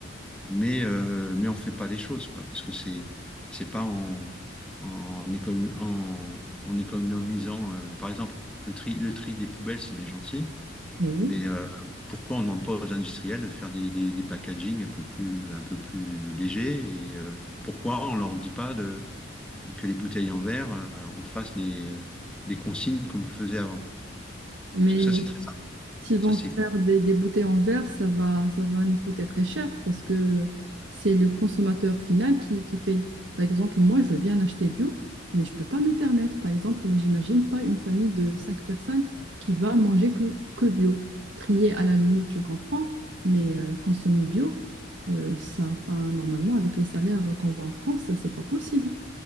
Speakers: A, in the centre; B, on the right.
A: mais euh, mais on fait pas les choses quoi, parce que c'est c'est pas en en, économ- en, en économisant. euh, par exemple, le tri le tri des poubelles, c'est bien gentil.
B: Oui.
A: Mais euh, pourquoi on ne demande pas aux industriels de faire des, des, des packagings un peu plus, un peu plus légers et euh, pourquoi on ne leur dit pas de, que les bouteilles en verre, euh, on fasse des, des consignes comme on faisait avant?
B: Mais
A: Parce que ça, c'est très simple.
B: S'ils
A: Ça,
B: vont
A: c'est...
B: faire des, des bouteilles en verre, ça va, ça va nous coûter très cher parce que c'est le consommateur final qui, qui paye. Par exemple, moi, je veux bien acheter bio, mais je ne peux pas me le permettre. Par exemple, j'imagine pas une famille de cinq personnes qui va manger que, que bio. Trier à la limite, je comprends, mais euh, consommer bio, euh, ça, enfin, normalement, avec les salaires qu'on voit en France, c'est pas possible.